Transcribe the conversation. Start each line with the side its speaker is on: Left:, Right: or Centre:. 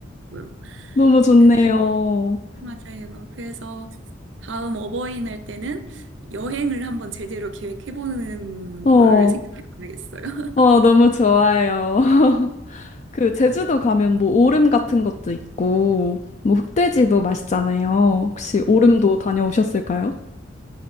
Right: 하더라고요.
Left: 너무 좋네요.
Right: 그래, 맞아요. 그래서 다음 어버이날 때는 여행을 한번 제대로 계획해보는
Left: 어,
Right: 걸 생각해봐야겠어요.
Left: 어, 너무 좋아요. <laughs> 그, 제주도 가면 뭐 오름 같은 것도 있고, 뭐 흑돼지도 맛있잖아요. 혹시 오름도 다녀오셨을까요?